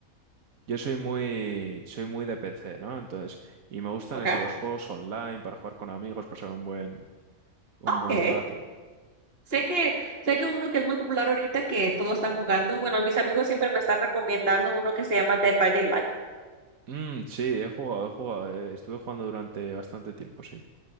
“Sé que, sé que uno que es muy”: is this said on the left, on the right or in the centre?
Right